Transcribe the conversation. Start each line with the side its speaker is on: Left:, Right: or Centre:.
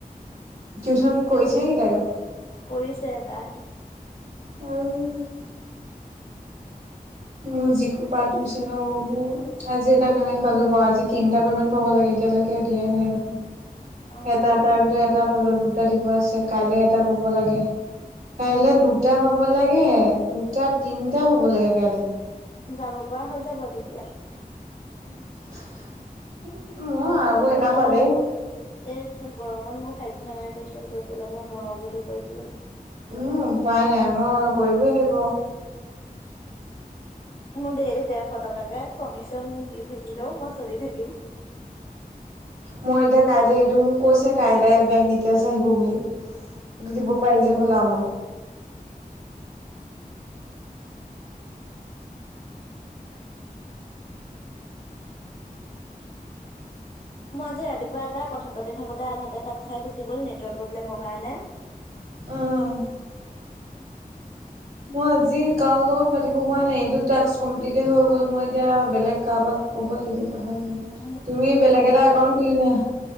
Right: টিউচন কৰিছে নেকি তাই।
Left: কৰিছে এটা।
Right: অহ। মোৰ যিখোপা টিউচনোৰ আজি এটা পেমেন্ট পালো বাৰু আজি পেমেণ্ট পৈব লাগে এতিয়ালৈকে দিয়াই নাই দেখোন,
Left: অ
Right: এটা এটাৰ ভিতৰত এটা লত দুটা দিব আছে, কাইলে এটা পাব লাগে। কাইলে দুটা পাব লাগে, দুটা, তিনটা পাব লাগে কাইলে।
Left: যাব পৰা হৈ যাব তেতিয়া।
Right: <inaudible> আৰু
Left: মই
Right: এটা
Left: নোৱাৰো
Right: পালেই
Left: অ, এই গৰমত মোৰ খাদ নাই টিউচন কৰিবলৈ মই নোৱাৰো বুলি কৈ দিলো।
Right: উম, উপায় নাই মই কৰিবই দাগিব।
Left: মোৰ দেৰি ডৰশ টকাকে কমিচন মোক দি থাকিলেও মই চলি থাকিম।
Right: মই এতিয়া কাইলে এইটো মোক কৈছে কাই বেং ডিটলছ আহিব বুলি যদিব পাই ল হল আম
Left: মই আজি ৰাতিপুৱা এটা কথা পাতি থাকোতে আধাতে কাট খাই গুচি গল নেটৱৰ প্ৰব্লেমৰ কাৰণে।
Right: অহ ',
Left: উম,
Right: মই আজি কাৰ লগত পাতি হোৱা নাই এইটো টাস্ক কমপ্লিতে হৈ গল মই এতিয়া বেলেগ কাৰবাক ক'ব লাগিবোৰ পাহৰি
Left: উম
Right: তুমি বেলেগ এটা একাউণ্ট খুলিলা।